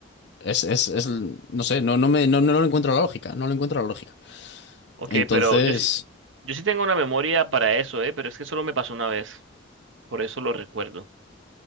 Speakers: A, on the left (about 60°); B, on the right (about 85°).
A: es, es, es- no sé, no, no me, no, no lo encuentro la lógica, no lo encuentro la lógica.
B: Ok,
A: Entonces,
B: pero yo sí, yo sí tengo una memoria para eso, ¿eh? Pero es que solo me pasó una vez, por eso lo recuerdo.